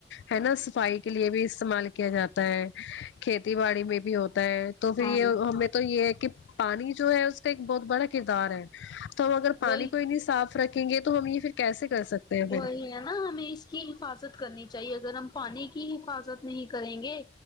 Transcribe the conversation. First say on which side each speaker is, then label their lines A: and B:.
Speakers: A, on the left (about 80°); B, on the left (about 25°).
A: ہے نا صفائی کے لیے بھی استعمال کیا جاتا ہے کھیتی باڑی میں بھی ہو ہوتا ہے تو پھر
B: ہاں
A: یہ ہمیں تو یہ ہے کہ پانی جو ہے اس کا ایک بہت بڑا کردار ہے تو ہم اگر پانی
B: وہی
A: کو انی صاف رکھیں گے تو ہم یہ پھر کیسے کر سکتے ہیں پھر
B: وہی ہے نا ہمیں اس کی حفاظت کرنی چاہیے اگر ہم پانی کی حفاظت نہیں کریں گے